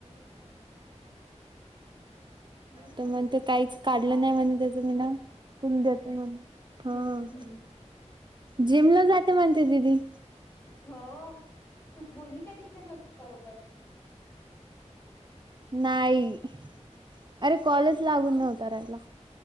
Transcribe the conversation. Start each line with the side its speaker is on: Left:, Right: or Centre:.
Left: हम्म
Right: तर म्हणते काहीच
Left: तेच
Right: काढलं
Left: ना लहान
Right: नाही
Left: झालं
Right: म्हण त्याच मी न <unintelligible>
Left: हम्म
Right: हा,
Left: हम्म हम्म
Right: जिमला जाते म्हणते दिदी‌.
Left: हो तू बोलली का तिच्या सोबत.
Right: नाही, अरे कॉलेज लागून
Left: मग
Right: नव्हत राहायला.